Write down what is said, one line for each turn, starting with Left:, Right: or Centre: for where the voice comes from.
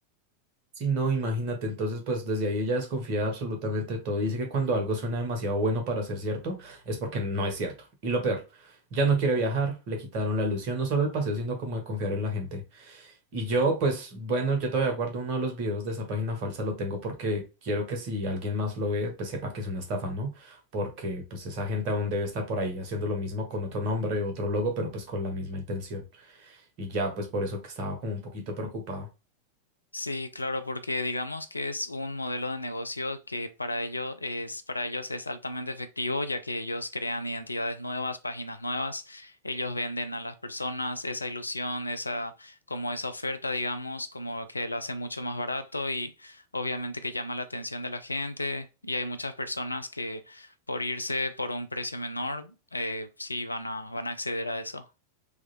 Right: Sí, no, imagínate, entonces pues desde ahí ella desconfía de absolutamente todo. Dice que cuando algo suena demasiado bueno para ser cierto, es porque no es cierto. Y lo peor, ya no quiere viajar, le quitaron la ilusión no solo el paseo, sino como de confiar en la gente. Y yo, pues bueno, yo todavía guardo uno de los videos de esa página falsa, lo tengo porque quiero que si alguien más lo ve, pues sepa que es una estafa, ¿no? Porque pues esa gente aún debe estar por ahí haciendo lo mismo con otro nombre, otro logo, pero pues con la misma intención. Y ya, pues por eso que estaba como un poquito preocupado.
Left: Sí, claro, porque digamos que es un modelo de negocio que para ello es, para ellos es altamente efectivo, ya que ellos crean identidades nuevas, páginas nuevas, ellos venden a las personas esa ilusión, esa, como esa oferta, digamos, como que lo hace mucho más barato y obviamente que llama la atención de la gente y hay muchas personas que por irse por un precio menor, eh, sí van a, van a acceder a eso.